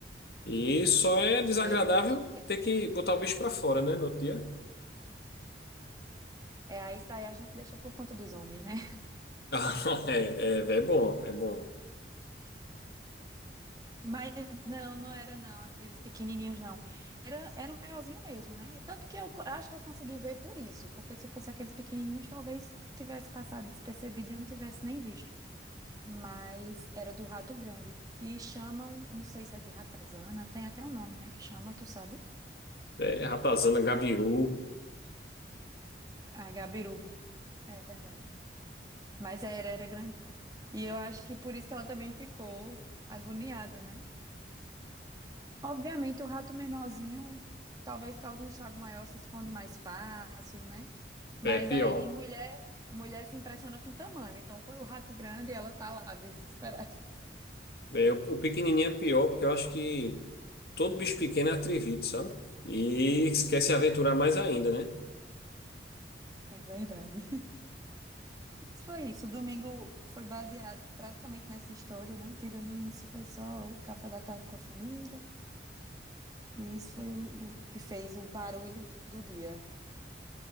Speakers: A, on the left (about 60°); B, on the right (about 20°).
A: E só é desagradável
B: é, é
A: ter que botar o bicho pra fora, né, no outro dia?
B: é aí isso daí a gente deixa por conta dos homens, né?
A: <laughs> É, é, é bom, é bom.
B: Mas não, não era não, aqueles pequenininhos não. Era, era um maiorzinho mesmo, né? Tanto que eu co- acho que eu consegui ver por isso, porque se fosse aqueles pequenininhos, talvez tivesse passado despercebido e eu não tivesse nem visto. Mas era do rato grande, que chamam, não sei se é de ratazana, tem até um nome, né? Que chama, tu sabe?
A: É, ratazana, gabiru,
B: Ah, gabiru. É verdade. Mas era, era grandinho. E eu acho que por isso que ela também ficou agoniada, né? Obviamente, o rato menorzinho talvez cause um estrago maior, se esconde mais fácil, né? Mas
A: é pior.
B: aí mulher, mulher se impressiona com o tamanho. Então foi o rato grande e ela tá lá desesperada.
A: É, o o pequenininho é pior, porque eu acho que todo bicho pequeno é atrevito, sabe? E quer se aventurar mais ainda, né?
B: É verdade. Mas foi isso. O domingo foi baseado praticamente nessa história, né? Tirando isso, foi só o café da tarde com a família. E isso foi o, o que fez o barulho do dia.